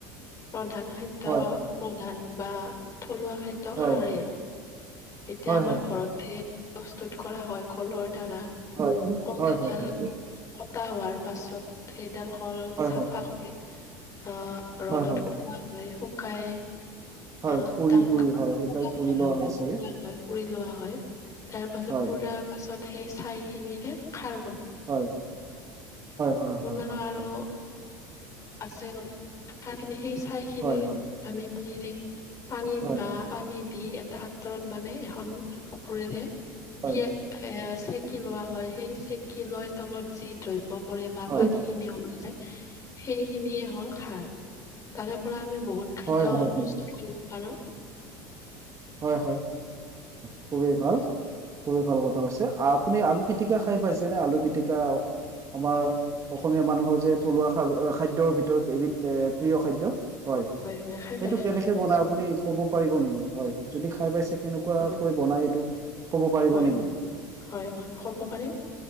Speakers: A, on the left; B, on the right.
A: প্ৰধান খাদ্য
B: হয়
A: প্ৰধান বা থলুৱা খাদ্য
B: হয়
A: খাৰে এতিয়া
B: হয়
A: আমাৰ
B: হয়
A: ঘৰতে প্ৰস্তুত কৰা হয় কলৰ দ্বাৰা
B: হয়
A: কল
B: হয়
A: এডাল
B: হয় হয় হয়
A: টা হোৱাৰ পাছত সেইডাল কল
B: হয়
A: চাফা কৰি আহ ৰ'দত
B: হয় হয়
A: শুকোৱা হয় শুকাই
B: হয়
A: আহ
B: পুৰি
A: তাক
B: পুৰি শুকাই
A: প হয়
B: পুৰি
A: হয়
B: লোৱা
A: প
B: চাগে
A: হয় পুৰি লোৱা হয় তাৰ পাছত
B: হয়
A: পুুৰাৰ পাছত সেই ছাই খিনিৰে খাৰ
B: হয় হয় হয়
A: বনোৱা আৰু
B: হয়
A: আছে তাৰ সেই চাইখিনিত
B: হয় হয়
A: আমি নিৰি পানীত
B: হয়
A: বা পানী দি এটা হাতৰত মানে এখন কাপোৰেৰে এ
B: হয় হয়
A: চেকি লোৱা হয় সেই চেকি লৈ তলত যি দ্ৰব্য বা
B: হয়
A: পানী
B: হয়
A: খিনিায় সেইখিনিয়ে হ'ল খাৰ তাৰে পৰা আমি বহুত খাদ্য
B: হয় হয় হয় হয়
A: প্ৰস্তুত
B: হয়
A: কৰিব আৰুাৰো
B: হয় খুবেই
A: হয় কওকচোন।
B: ভাল খুবেই ভাল কথা হৈছে আপ আপুনি আলু পিটিকা খাই পাইছেনে আলু পিটিকা
A: হয়
B: আমাৰ
A: হয়, নিশ্চয়।
B: অসমীয়া মানুহৰ যে থলুৱা খ খাদ্যৰ ভিতৰত এবিধ প্ৰিয় খাদ্য হয়
A: হয় খাই
B: সেইটো
A: পাইছোঁ
B: কেনেকে
A: খাই পাইছোঁ
B: বনাই আপুনি ক'ব পাৰিব নেকি হয় যদি খাই পাইছে কেনেকুৱাকৈ
A: হয়
B: বনাই এইটোক কব পৰিব
A: হয়
B: নেকি?
A: হয় কব পাৰিম।